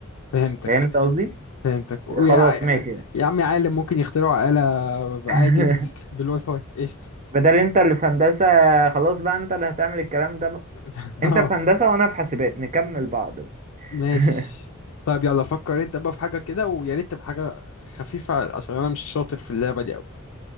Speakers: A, on the left (about 70°); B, on the right (about 35°).
A: فهمتك
B: فهمت قصدي
A: فهمتك ويا
B: خلاص ماشي
A: يا عمي عالم ممكن يخترعوا آلة
B: <laughs>
A: عادي بتست... بالواي فاي قشطة
B: بدل انت اللي في هندسة خلاص بقى انت اللي هتعمل الكلام ده بقى
A: <laughs>
B: انت
A: اه
B: في هندسة وانا في حاسبات نكمل بعض
A: ماشي
B: <laughs>
A: طيب يلا فكر انت بقى في حاجة كده ويا ريت تبقى حاجة خفيفة عشان انا مش شاطر في اللعبة دي قوي